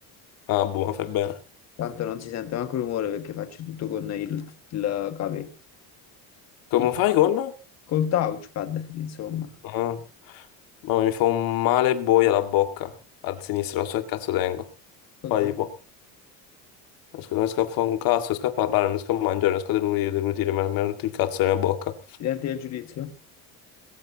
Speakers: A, on the left (about 60°); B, on the left (about 40°).
A: Ah, buono, fai bene.
B: Tanto non si sente neanche rumore perché faccio tutto con il, il capè.
A: Come
B: Il,
A: fai
B: tou-
A: con?
B: col touchpad, insomma.
A: Ah. Ma mi fa un male boia la bocca. A sinistra, non so che cazzo tengo.
B: Vabbè.
A: Vai, tipo. riesco- non riesco a fare un cazzo, non riesco a parlare, non riesco a mangiare, non riesco a deglutire, deglutire, mi ha mi ha rotto il cazzo nella bocca.
B: I denti del giudizio?